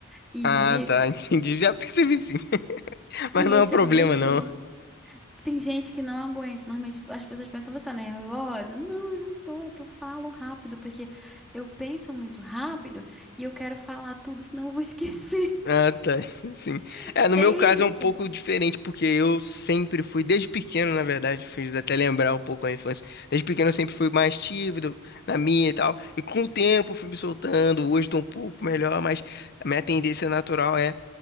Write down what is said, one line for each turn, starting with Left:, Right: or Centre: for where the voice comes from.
Centre: E
Left: Ah,
Centre: esse,
Left: tá, <laughs> entendi. Já percebi sim. <laughs> Mas
Centre: e
Left: não
Centre: esse
Left: é um problema,
Centre: é o meu jeito.
Left: não.
Centre: Tem gente que não aguenta. Normalmente as pessoas pensam, você tá nervosa? Não, eu não tô. É que eu falo rápido, porque eu penso muito rápido e eu quero falar tudo, senão eu vou esquecer.
Left: Ah, tá, <laughs> sim.
Centre: <laughs>
Left: É,
Centre: Desde
Left: no meu caso é
Centre: pequena.
Left: um pouco diferente, porque eu sempre fui, desde pequeno, na verdade, fez até lembrar um pouco a infância. Desde pequeno eu sempre fui mais tímido na minha e tal. E com o tempo fui me soltando. Hoje tô um pouco melhor, mas a minha tendência natural é.